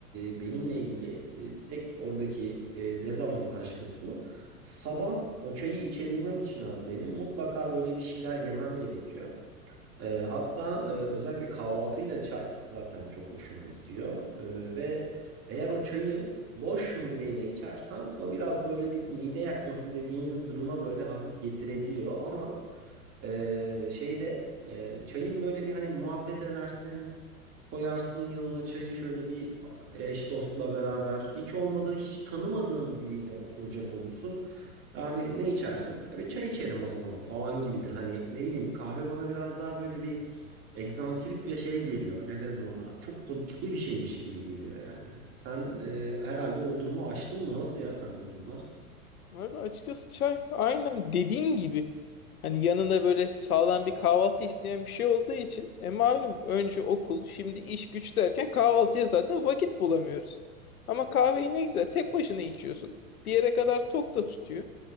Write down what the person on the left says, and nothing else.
Abi açıkçası çay aynen dediğin gibi. Hani yanında böyle sağlam bir kahvaltı isteyen bir şey olduğu için e malum önce okul şimdi iş güç derken kahvaltıya zaten vakit bulamıyoruz. Ama kahveyi ne güzel tek başına içiyorsun. Bir yere kadar tok da tutuyor.